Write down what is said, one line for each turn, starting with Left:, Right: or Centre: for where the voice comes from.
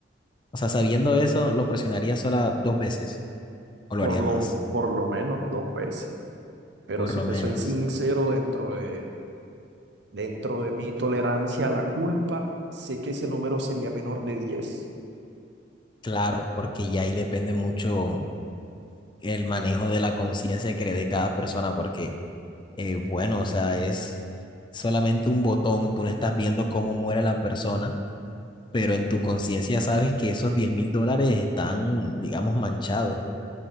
Left: O sea, sabiendo eso, lo presionaría sola dos veces o lo
Right: Por
Left: haría
Right: lo,
Left: más,
Right: por lo menos dos veces. Pero
Left: por
Right: si
Left: lo
Right: te
Left: menos.
Right: soy sincero, dentro de, dentro de mi tolerancia a la culpa, sé que ese número sería menor de diez
Left: Claro, porque ya ahí depende mucho el manejo de la conciencia que le dé cada persona, porque, eh, bueno, o sea, es solamente un botón, tú no estás viendo cómo muere la persona, pero en tu conciencia sabes que esos diez mil dólares están, digamos, manchados.